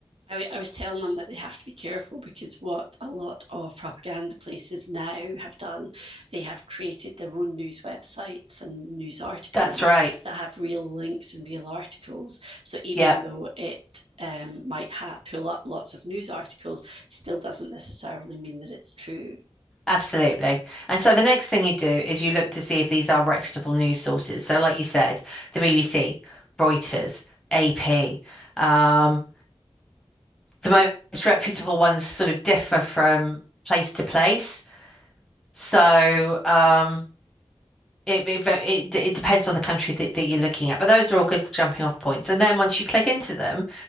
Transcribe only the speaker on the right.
I was telling them that they have to be careful because what a lot of propaganda places now have done, they have created their own news websites and news articles
that have real links and real articles. So even
though it um, might ha- pull up lots of news articles, still doesn't necessarily mean that it's true.